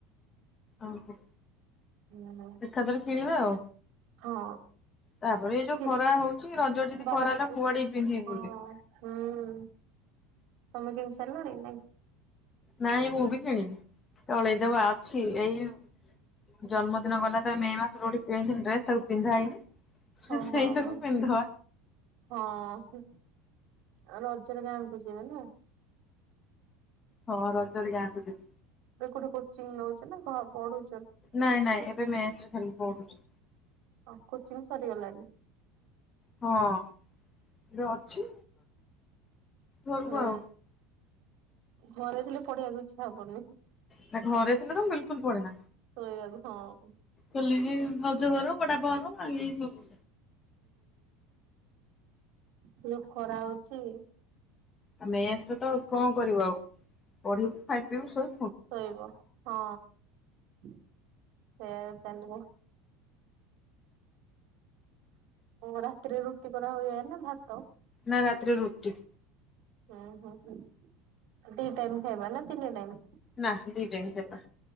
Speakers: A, on the left; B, on the right.
A: ଆଁ ହାଁ
B: ହୁଁ
A: ଏକାଥରେ କିଣିବେ ଆଉ।
B: ହଁ।
A: ତାପରେ ଏ ଯୋଉ
B: କି
A: ଖରା ହଉଛି ରଜ ଯଦି
B: ବାହାରକୁ
A: ଖରା ହେଲା କୁଆଡେ ପିନ୍ଧିକି
B: ହଁ
A: ବୁଲିବୁ।
B: ହୁଁ ତମେ କିଣି ସାରିଲାଣି ନା
A: ନାଇଁ ମୁଁ ବି କିଣିନି ତଳେଇଦବା ଅଛି ଏଇ ଜନ୍ମଦିନ ଗଲା ତ ମେ ମାସରୁ ଗୋଠ କିଣିଥିଲି ଡ୍ରେସ ତାକୁୁ ପିନ୍ଧା ହେଇନି।
B: ଓ
A: ସେଇଟାକୁ
B: ହଁ ହଁ
A: ପିନ୍ଧିଦବା
B: ହଁ। ଆଉ ରଜରେ ଗାଁ କୁ ଯିବେ ନା।
A: ହଁ ରଜରେ ଗାଁ କୁ ଯିବି।
B: ଏ କୋଠେ କୋଚିଂ ନଉଛ ନା ପଢୁ
A: ନାଇଁ ନାଇଁ ଏବେ ମେସି ଖାଲି ପୁଢୁଛି।
B: ହଁ କୋଚିଂ ସରିଗଲାଣିି।
A: ହଁ ଅଛି। ଘରକୁ
B: ହୁଁ
A: ଆଉ
B: ଘରେଥିଲେ ପଢିବାକୁ ଇଚ୍ଛା ହବନି।
A: ନା ଘରେ ଥିଲେ ତ ବିଲକୁଲ ପଡେ ନା।
B: ଶୋଇବାକୁ ହଁ।
A: କଲି ଜ ଘର ବଡା ବାର ଆଉ ଏ ସବୁ
B: ପ ଖରା ହଉଛି।
A: ଆମେସଟା ତ କଣ କରିବୁ ଆଉ। ପଢିବୁ ଖାଇ ପିଇବୁ ସ
B: ଶୋଇବ। ହଁ ସେୟା ଚାଲ ଓ <inaudible> ରାତିରେ ରୁଟି କରା ହୁଏ ନା ଭାତ।
A: ନା ରାତିରରେ ରୁଟି।
B: ହୁଁ ହଁ ହୁଁ ଦି ଟାଇମ ଖାଇବା ନା ତିନି ଟାଇମ୍।
A: ନା ଦିଇ ଟାଇମ ଖାଇବା